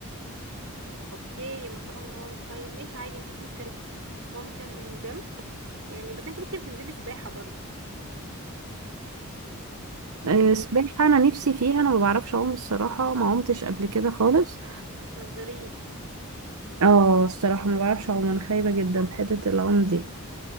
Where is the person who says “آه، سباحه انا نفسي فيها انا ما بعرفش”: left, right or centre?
Right